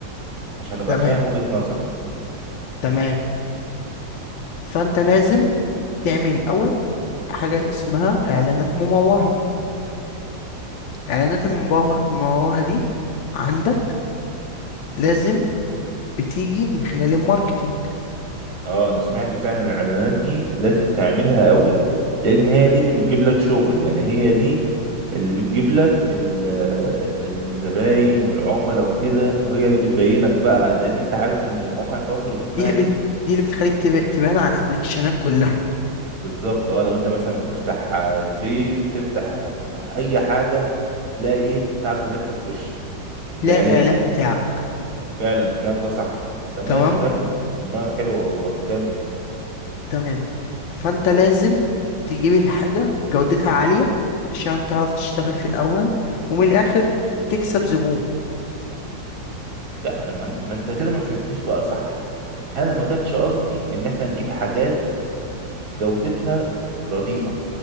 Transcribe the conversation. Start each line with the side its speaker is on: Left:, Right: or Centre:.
Right: عشان ابقى
Left: تمام
Right: فاهم وجهه نظرك
Left: تمام فأنت لازم تعمل الأول حاجة اسمها إعلانات مموهة إعلانات المموهة المموهة دي عندك لازم بتيجي من خلال الماركتينج
Right: اه انا سمعت فعلا الاعلانات دي لازم تعملها قوي لان هي دي اللي بتجيب لك شغل يعني هي دي اللي بتجيب لك ال- الزباين والعملاء وكده هي اللي بتبينك بقى لان انت عارف ان المواقع التواصل الاجتماعي
Left: دي اللي
Right: دي
Left: بت... دي اللي بتخليك تب... تبان على الابلكيشنات كلها
Right: بالظبط اه لو انت مثلا بتفتح آه، الفيس بتفتح آه، اي حاجة تلاقي ايه بتاع ظهرت لك في وشك
Left: تلاقي
Right: الاعلان
Left: الاعلان بتاعك
Right: فعلا الكلام ده صح تمام
Left: تمام
Right: كمل دماغ حلوة والله كمل
Left: تمام فانت لازم تجيب الحاجه جودتها عاليه عشان تعرف تشتغل في الاول ومن الاخر تكسب زبون
Right: لا انا ما ما انت كده ما فهمتنيش بقى صح انا ما كانش قصدي ان احنا نجيب حاجات جودتها رديئة